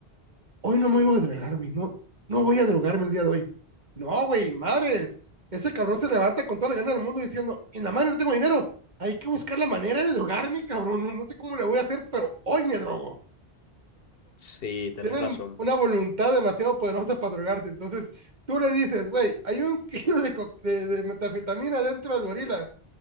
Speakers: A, on the right (about 45°); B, on the left (about 65°).
A: Hoy no me voy a drogar, güey, no, no voy a drogarme el día de hoy. No, güey, madres, ese cabrón se levanta con toda la gana del mundo diciendo, en la madre no tengo dinero, hay que buscar la manera de drogarme, cabrón, no, no sé cómo le voy a hacer, pero hoy me drogo.
B: sí, tenés
A: tienen
B: razón.
A: una voluntad demasiado poderosa para drogarse. Entonces, tú le dices, güey, hay un <laughs> kilo de, co- de, de metafetamina dentro del gorila.